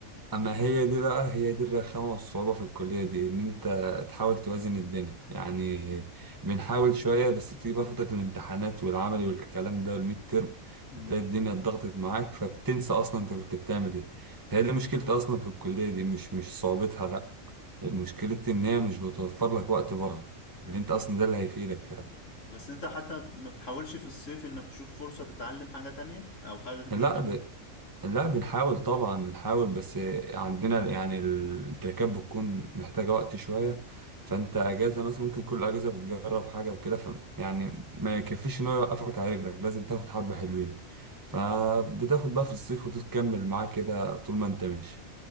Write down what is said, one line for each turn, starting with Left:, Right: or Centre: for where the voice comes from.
Right: اما هي دي بقى هي دي الرخامه والصعوبه في الكليه دي ان انت تحاول توازن الدنيا يعني بنحاول شويه بس بتيجي بقى فتره الامتحانات والعملي والكلام ده والميد ترم
Left: مم.
Right: بتلاقي الدنيا اتضغطت معاك فبتنسى اصلا انت كنت بتعمل ايه فهي دي مشكلتي اصلا في الكليه دي مش مش صعوبتها لا مشكلتي ان هي مش بتوفر لك وقت بره اللي
Left: مم.
Right: انت اصلا ده اللي هيفيدك فعلا
Left: بس انت حتى ما بتحاولش في الصيف انك تشوف فرصة تتعلم حاجة تانية او حاجة جديدة
Right: لا لا بنحاول طبعا بنحاول بس عندنا يعني التركات بتكون محتاجة وقت شوية فانت اجازة مثلا ممكن كل اجازة بتجرب حاجة وكده ف يعني ما يكفيش ان هو يوقفك على رجلك لازم تاخد حبة حلوين فبتاخد بقى في الصيف وتكمل معاه كده طول ما انت ماشي